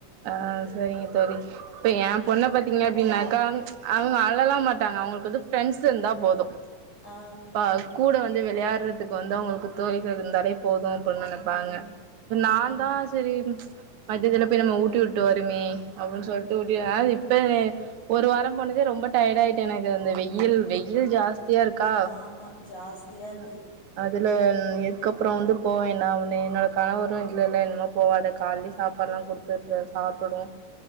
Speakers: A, on the right (about 65°); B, on the left (about 55°).
A: ஆஹ் சரிங்க தோழி இப்ப என் பொண்ண பாத்தீங்க அப்படின்னாக்க அவங்க அழலாம் மாட்டாங்க அவங்களுக்கு வந்து ஃப்ரெண்ட்ஸ் இருந்தா போதும்
B: ஆ
A: அ கூட வந்து வெளையாடுற அதுக்கு வந்தவங்களுக்கு தோழிகள் இருந்தாலே போதும் அப்படனு நினைப்பாங்க
B: ம் ம்
A: நா தா சரி பத்துதரவ போயி நம்ம ஊட் ஊட்டி விட்டு வருமே அப்படின்னு சொல்லிட்டு ட்டி இப்ப ஒரு வாரம் போனதே ரொம்ப டயட் ஆயிட்டு எனக்கு அந்த வெயில் வெயில் ஜாஸ்தி ஸ்தி இருக்கா
B: ஆமா ஜாஸ்தியா
A: உ
B: இருக்கு
A: அது இல்ல இதுக்கப்புறோ வந்து போவேனா என்னோ கணவரும் இல்லல்ல இனிமே போகாத காலைலே சாப்பாடலாம் கொடுத்து சாப்பிடும்